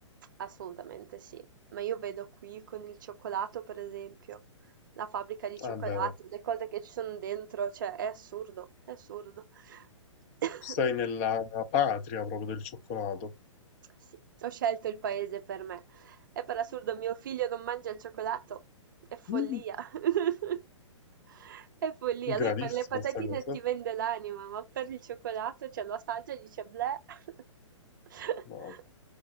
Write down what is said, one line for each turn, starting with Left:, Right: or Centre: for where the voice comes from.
Right: Assolutamente sì, ma io vedo qui con il cioccolato, per esempio, la fabbrica di cioccolato,
Left: Vabbè,
Right: le cose che ci sono dentro, cioè è assurdo, è assurdo. <coughs>
Left: Stai nella patria proprio del cioccolato.
Right: Sì, ho scelto il paese per me. E per assurdo mio figlio non mangia il cioccolato, è follia.
Left: Mm.
Right: <laughs> È follia, lui
Left: Gravissima
Right: per le patatine
Left: sta cosa.
Right: ti vende l'anima, ma per il cioccolato, cioè lo assaggia e dice bleh. <laughs>
Left: No.